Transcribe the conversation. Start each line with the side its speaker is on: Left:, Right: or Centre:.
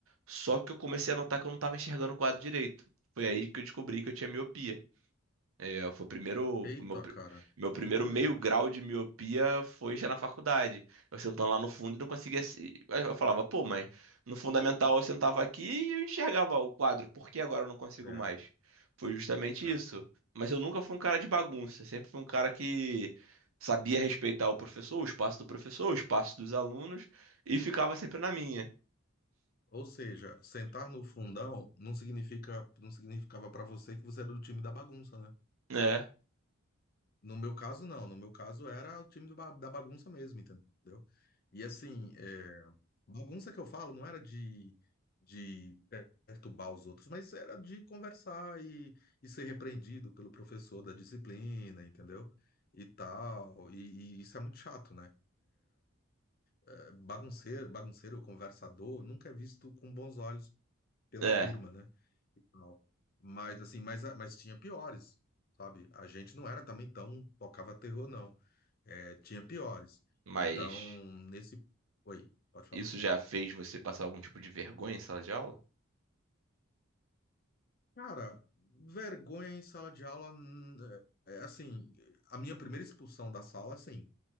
Right: Só que eu comecei a notar que eu não estava enxergando o quadro direito. Foi aí que eu descobri que eu tinha miopia. É, foi o primeiro,
Left: Eita,
Right: meu, pri-
Left: cara,
Right: meu primeiro
Left: que coisa.
Right: meio grau de miopia foi já na faculdade. Eu sentava lá no fundo e não conseguia. se- Aí Eu falava, pô, mas no fundamental eu sentava aqui e eu enxergava o quadro, por que agora eu não consigo
Left: É,
Right: mais? Foi justamente
Left: é.
Right: isso. Mas eu nunca fui um cara de bagunça, sempre fui um cara que sabia respeitar o professor, o espaço do professor, o espaço dos alunos e ficava sempre na minha.
Left: Ou seja, sentar no fundão não significa, não significava para você que você era do time da bagunça, né?
Right: É,
Left: No meu caso, não. No meu caso, era o time do ba- da bagunça mesmo, entendeu? E assim, é, bagunça que eu falo não era de, de perturbar os outros, mas era de conversar e, e ser repreendido pelo professor da disciplina, entendeu? E tal. e e isso é muito chato, né? eh, bagunceiro, bagunceiro, conversador, nunca é visto com bons olhos pela
Right: é,
Left: turma, né? E tal. Mas assim, mas, ah, mas tinha piores, sabe? A gente não era também tão tocava terror, não. É, tinha piores.
Right: mas
Left: Então, nesse. Oi, pode falar.
Right: isso já fez você passar algum tipo de vergonha em sala de aula?
Left: Cara, vergonha em sala de aula. hum, É é assim, a minha primeira expulsão da sala, sim,